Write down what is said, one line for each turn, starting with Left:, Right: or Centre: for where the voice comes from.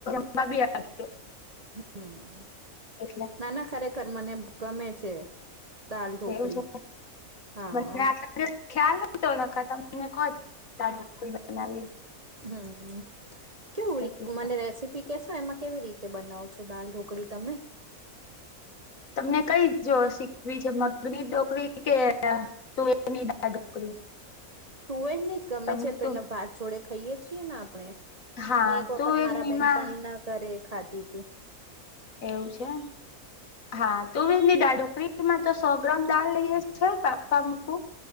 Left: <unintelligible>
Right: હમ
Left: એટલે
Right: નાના ખરેખર મને ગમે છે. દાલ ઢોકળી
Left: એવું છે
Right: હા
Left: મને
Right: હા.
Left: આટલા ખ્યાલ નતો ન તમને કોત બનાવી.
Right: હમ કેવું
Left: એટલે
Right: મને રસી પી કેશો એમાં કેવી રીતે બનાવ છો દાલ ઢોકળી તમે.
Left: તમને કઈ જો શીખવી છે મગની ડોકરી કે તુવેરની દાળ ઢોકળી.
Right: તુવેર ની જ ગમે
Left: તમને
Right: છે પેલા
Left: તો
Right: વાત જોડે ખાઈએ છીએ ને આપણે.
Left: હા
Right: મેં એક વખત
Left: તુવેરનીમાં
Right: મારા બેનપણીના ઘરે ખાધી હતી.
Left: એવું છે હા તું એ દાળ ઢોકરીમાં તો સો ગ્રામ દાળ લઈએ છે બાફવા મૂકું